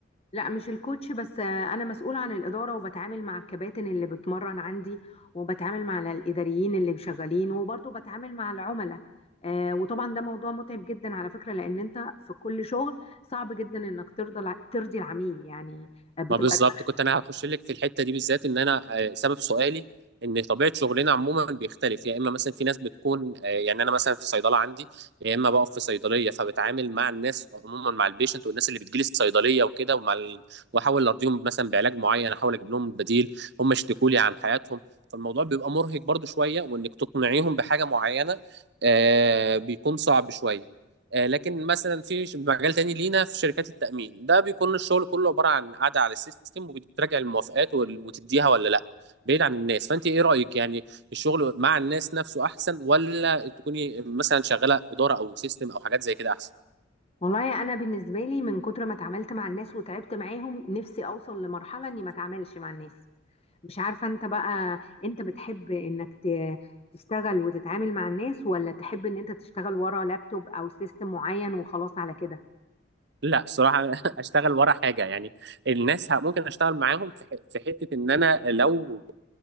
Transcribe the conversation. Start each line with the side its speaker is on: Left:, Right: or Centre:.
Left: لا مش الكوتش بس آه، انا مسؤولة عن الإدارة وبتعامل مع الكباتن اللي بتمرن عندي وبتعامل مع الإداريين اللي شغالين وبرضه بتعامل مع العملاء آه، وطبعا ده موضوع متعب جدا على فكرة لأن أنت في كل شغل صعب جدا إنك ترضى الع- ترضي العميل يعني آه، بتبقى
Right: ما بالظبط
Left: دماغك
Right: كنت انا هخش لك في الحته دي بالذات ان انا آه، سبب سؤالي ان طبيعه شغلنا عموما بيختلف يا اما مثلا في ناس بتكون آه، يعني انا مثلا في صيدله عندي يا اما بقف في صيدليه فبتعامل مع الناس عموما مع البيشنت والناس اللي بتجيلي الصيدليه وكده ومع ال... واحاول ارضيهم مثلا بعلاج معين احاول اجيب لهم بديل هم يشتكوا لي عن حياتهم فالموضوع بيبقى مرهق برضو شويه وانك تقنعيهم بحاجه معينه آه، بيكون صعب شويه آه، لكن مثلا في ش- مجال تاني لينا في شركات التأمين ده بيكون الشغل كله عبارة عن قاعدة على السيستم وبتراجع الموافقات وال- وتديها ولا لا بعيد عن الناس فأنت إيه رأيك يعني الشغل مع الناس نفسه أحسن ولا تكوني مثلا شغالة إدارة أو سيستم أو حاجات زي كده أحسن
Left: والله أنا بالنسبة لي من كتر ما اتعاملت مع الناس وتعبت معاهم نفسي أوصل لمرحلة إني ما اتعاملش مع الناس مش عارفة انت بقى انت بتحب انك ت- تشتغل وتتعامل مع الناس ولا تحب ان انت تشتغل ورا لابتوب او سيستم معين وخلاص على كده
Right: لا الصراحة <laughs> أشتغل ورا حاجة يعني الناس ه- ممكن أشتغل معاهم في ح- في حتة إن أنا لو